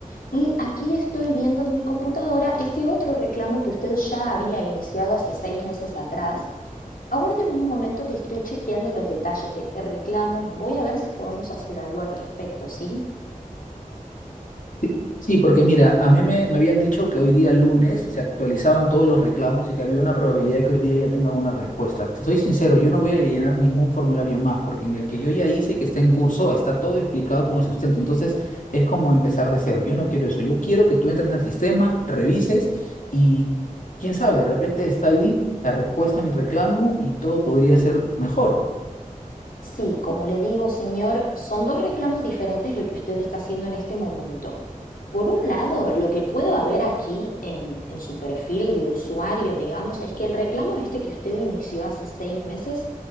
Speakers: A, on the left (about 85°); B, on the left (about 70°).
A: Y aquí estoy viendo en mi computadora este otro reclamo que usted ya había iniciado hace seis meses atrás. Aguarden un momento que estoy chequeando los detalles de este reclamo. Voy a ver si podemos hacer algo al respecto, ¿sí?
B: Sí, sí, porque mira, a mí me, me habían dicho que hoy día lunes se actualizaban todos los reclamos y que había una probabilidad de que hoy día ya tengan una respuesta. Te soy sincero, yo no voy a llenar ningún formulario más, porque en el que yo ya hice que está en curso, está todo explicado con el sustento. Entonces, es como empezar de cero. Yo no quiero eso. Yo quiero que tú entres al sistema, revises y quién sabe, de repente está ahí la respuesta a mi reclamo y todo podría ser mejor.
A: Sí, como le digo, señor, son dos reclamos diferentes lo que usted está haciendo en este momento. Por un lado, lo que puedo ver aquí en, en su perfil de usuario, digamos, es que el reclamo este que usted inició hace seis meses,